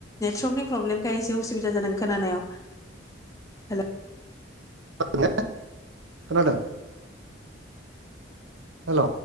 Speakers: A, on the left; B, on the right.
A: नेटवर्कनि प्रब्लेम। बेाय एसे उसुबिदा जादों खोनानायाव हेल'
B: <unintelligible> खोनादों हेल'